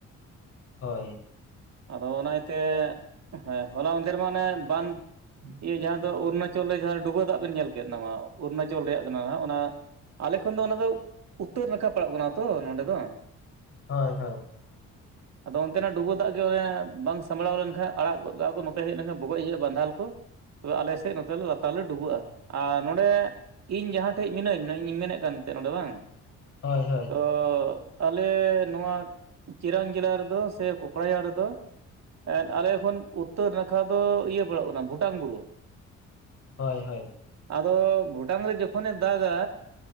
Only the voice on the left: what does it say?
ᱦᱳᱭ
ᱦᱳᱭ ᱦᱳᱭ
ᱦᱳᱭ ᱦᱳᱭ
ᱦᱳᱭ ᱦᱳᱭ